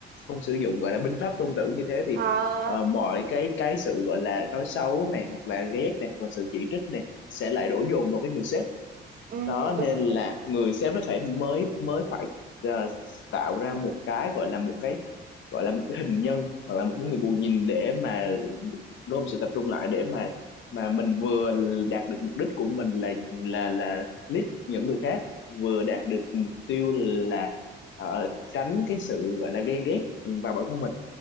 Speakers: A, on the left; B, on the right.
A: không sử dụng gọi là binh pháp Tôn Tử như thế thì
B: à,
A: ờ, mọi cái cái sự gọi là nói xấu này hoặc là ghét này hoặc là sự chỉ trích này sẽ lại đổ dồn vào cái người sếp
B: ừ
A: đó nên
B: đúng rồi
A: là người sếp nó phải mới mới phải ờ, tạo ra một cái gọi là một cái gọi là một cái hình nhân hoặc là một cái người bù nhìn để mà gom sự tập trung lại để mà mà mình vừa đạt được mục đích của mình là là là lead những người khác vừa đạt
B: Ừ.
A: được mục tiêu là ờ, tránh cái sự gọi là ghen ghét vào bản thân mình